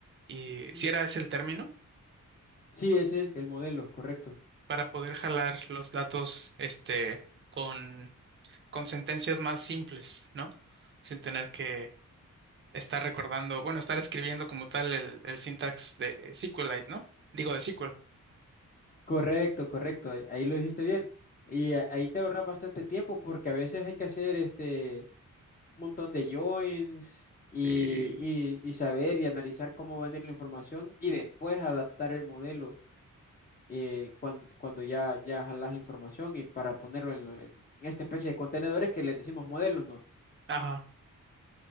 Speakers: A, on the right (about 35°); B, on the left (about 25°).
A: Y
B: Ujú.
A: si era ese el término,
B: Sí, ese es el modelo, correcto.
A: para poder jalar los datos, este, con, con sentencias más simples, ¿no? Sin tener que estar recordando, bueno, estar escribiendo como tal el, el syntax de SQLite, ¿no? Digo, de SQL.
B: Correcto, correcto, ahí, ahí lo dijiste bien. Y a- ahí te ahorras bastante tiempo porque a veces hay que hacer este un montón de joins y,
A: Sí.
B: y, y saber y analizar cómo va a venir la información y después adaptar el modelo eh, cuan- cuando ya, ya jalas la información y para ponerlo en, lo- en- esta especie de contenedores que les decimos modelos, ¿no?
A: Ajá.